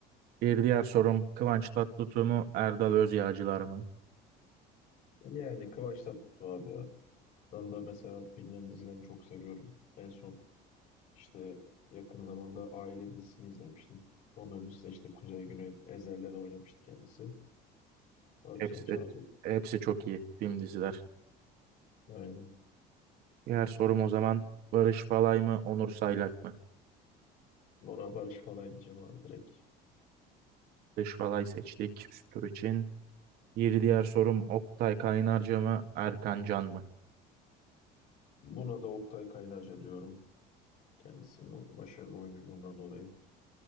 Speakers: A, on the right; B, on the left.
A: Bir diğer sorum Kıvanç Tatlıtuğ mu Erdal Özyağcılar mı?
B: Yani Kıvanç Tatlıtuğ abi ya. Ben da mesela bilinen dizilerini çok seviyorum. En son işte yakın zamanda Aile dizisini izlemiştim. Onun öncesinde işte Kuzey Güney Ezel'le de oynamıştı kendisi. O yüzden
A: Hepsi
B: Çağatay.
A: hepsi çok iyi film diziler.
B: Aynen.
A: Diğer sorum o zaman Barış Falay mı Onur Saylak mı?
B: Ona Barış Falay diyeceğim abi direkt.
A: Barış Falay seçtik üst tur için. Bir diğer sorum Oktay Kaynarca mı Erkan Can mı?
B: Buna da Oktay Kaynarca diyorum. Kendisinin o başarılı oyunculuğundan dolayı.